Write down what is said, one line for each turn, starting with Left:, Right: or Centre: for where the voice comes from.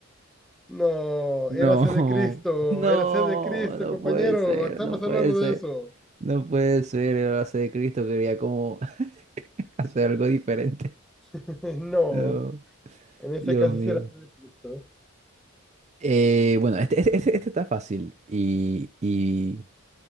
Centre: No,
Right: No,
Centre: érase de Cristo,
Right: <laughs> no,
Centre: érase de Cristo,
Right: no
Centre: compañero.
Right: puede ser,
Centre: Estamos
Right: no puede
Centre: hablando
Right: ser.
Centre: de eso.
Right: No puede ser, el base de Cristo quería como <laughs> hacer algo diferente.
Centre: <laughs> No,
Right: No,
Centre: en ese
Right: Dios
Centre: caso
Right: mío.
Centre: sí érase de Cristo.
Right: Eh, bueno, este, este, este- este está fácil y, y,